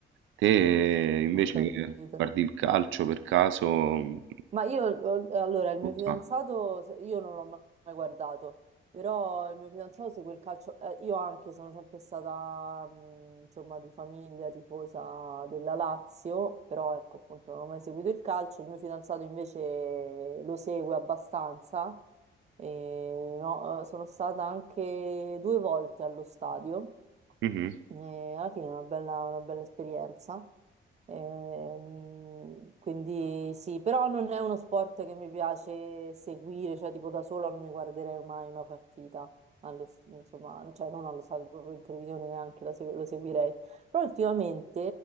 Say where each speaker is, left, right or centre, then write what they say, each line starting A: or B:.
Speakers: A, on the right; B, on the right.
A: Te eh, invece
B: ho capito.
A: che guardi il calcio per caso... mh,
B: Ma io, eh, allora, il mio
A: cosa?
B: fidanzato, se- io non l'ho ma- mai guardato, però il mio fidanzato segue il calcio, eh, io anche sono sempre stata, mh, insomma, di famiglia tifosa della Lazio, però ecco, appunto, non ho mai seguito il calcio, il mio fidanzato invece lo segue abbastanza, e, no, eh, sono stata anche due volte allo stadio.
A: Mhm,
B: E alla fine è una bella, una bella esperienza. Ehm, quindi sì, però non è uno sport che mi piace seguire, cioè tipo da sola non mi guarderei mai una partita, allo, insomma, cioè non allo stato proprio in televisione neanche la segu- lo seguirei. Però ultimamente,